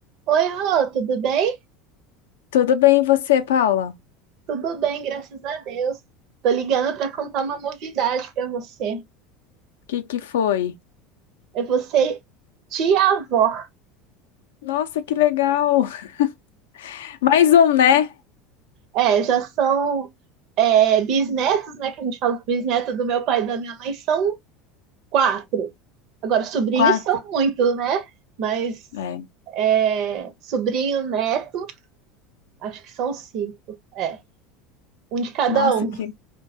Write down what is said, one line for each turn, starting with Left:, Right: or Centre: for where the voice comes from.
Right: Oi, Rô, tudo bem?
Left: Tudo bem, e você, Paula?
Right: Tudo bem, graças a Deus. Tô ligando para contar uma novidade para você.
Left: O que que foi?
Right: É você, tia-avó.
Left: Nossa, que legal! <laughs> Mais um, né?
Right: É, já são é, bisnetos, né? Que a gente fala bisneto do meu pai e da minha mãe, são quatro. Agora, sobrinhos
Left: Quatro.
Right: são muito, né? Mas
Left: É.
Right: é, sobrinho, neto, acho que são cinco. É, um de cada
Left: Nossa,
Right: um.
Left: que,